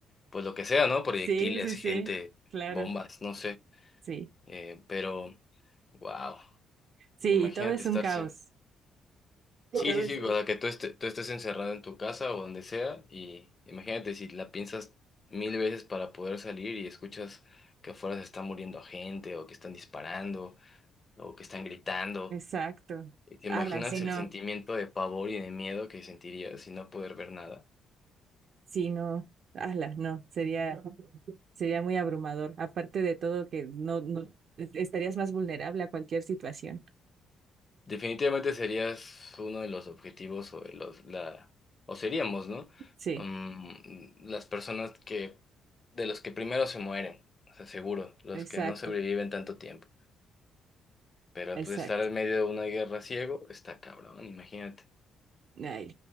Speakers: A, on the left (about 35°); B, on the right (about 55°).
A: pues lo que sea, ¿no? Proyectiles,
B: Sí, sí,
A: gente,
B: sí, claro,
A: bombas, no sé.
B: sí.
A: Eh, pero, wow.
B: Sí,
A: Imagínate
B: y todo es
A: estar.
B: un caos.
A: Sí,
B: Todo
A: sí, sí,
B: es,
A: sí, o sea, que tú, esté- tú estés encerrado en tu casa o donde sea y imagínate si la piensas mil veces para poder salir y escuchas que afuera se está muriendo gente o que están disparando o que están gritando.
B: Exacto.
A: Y te imaginas
B: Pero Ala, sí, no,
A: el sentimiento de pavor y de miedo que sentirías sin no poder ver nada.
B: sí, no, ala, no, sería, sería muy abrumador. Aparte de todo, que no, no, estarías más vulnerable a cualquier situación.
A: Definitivamente serías uno de los objetivos o de los, la, o seríamos, ¿no?
B: Sí,
A: Mm, las personas que, de los que primero se mueren, o sea, seguro, los
B: exacto,
A: que no sobreviven tanto tiempo. Pero
B: exacto.
A: pues estar en medio de una guerra ciego está cabrón, imagínate.
B: Ay,